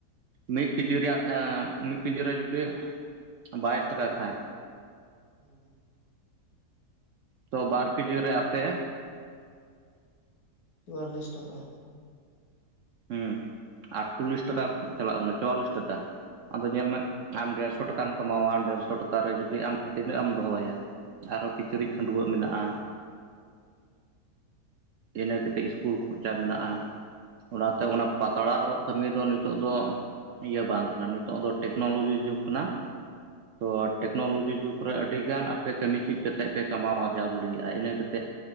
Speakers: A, on the right; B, on the left.
A: ᱢᱤᱫ ᱠᱮᱡᱤ ᱨᱮᱭᱟᱜ ᱢᱤᱫ ᱠᱮᱡᱤ ᱨᱮ ᱡᱩᱫᱤ ᱵᱟᱭᱤᱥ ᱴᱟᱠᱟ ᱠᱷᱟᱡ
B: ᱦᱩᱸ᱾
A: ᱛᱚ ᱵᱟᱨ ᱠᱮᱡᱤ ᱨᱮ ᱟᱯᱮᱼᱼ
B: ᱪᱩᱣᱟᱞᱞᱤᱥ ᱴᱟᱠᱟ᱾
A: ᱦᱮᱸ ᱟᱴᱪᱚᱞᱞᱤᱥ ᱴᱟᱠᱟ ᱪᱟᱞᱟᱜ ᱠᱟᱱᱟ ᱪᱩᱣᱟᱞᱤᱥ ᱴᱟᱠᱟ᱾ ᱟᱫᱚ ᱧᱮᱞ ᱢᱮ ᱟᱢ ᱰᱮᱲᱥᱚ ᱴᱟᱠᱟᱢ ᱠᱟᱢᱟᱣᱟ, ᱰᱮᱲᱥᱚ ᱴᱟᱠᱟ ᱨᱮ ᱡᱩᱫᱤ ᱟᱢ ᱛᱤᱱᱟᱹᱜ ᱮᱢ ᱫᱚᱦᱚᱭᱟ? ᱟᱨᱦᱚᱸ ᱠᱤᱪᱨᱤᱡ ᱠᱷᱟᱹᱰᱩᱣᱟᱹᱜ ᱢᱮᱱᱟᱜᱼᱟ᱾
B: <unintelligible>
A: ᱤᱱᱟᱹ ᱠᱟᱛᱮᱫ ᱤᱥᱠᱩᱞ ᱠᱷᱚᱨᱪᱟ ᱢᱮᱱᱟᱜᱼᱟ᱾ ᱚᱱᱟᱛᱮ ᱚᱱᱟ ᱯᱟᱛᱲᱟ ᱨᱚᱜ ᱠᱟᱹᱢᱤ ᱫᱚ ᱱᱤᱛᱚᱜ ᱫᱚ ᱤᱭᱟᱹ ᱵᱟᱝ᱾ ᱱᱤᱛᱚᱜ ᱫᱚ ᱴᱮᱠᱱᱳᱞᱚᱡᱤ ᱡᱩᱜᱽ ᱠᱟᱱᱟ, ᱛᱚ ᱴᱮᱠᱱᱳᱞᱚᱡᱤ ᱡᱩᱜ, ᱯᱨᱟᱭ ᱟᱹᱰᱤᱜᱟᱱ ᱟᱯᱮ ᱠᱟᱹᱢᱤ ᱪᱮᱫ ᱠᱟᱛᱮᱫ ᱯᱮ ᱠᱟᱢᱟᱣ ᱟᱨᱡᱟᱣ ᱫᱟᱲᱮᱭᱟᱜᱼᱟ ᱤᱱᱟᱹ ᱠᱟᱛᱮᱫᱼᱼ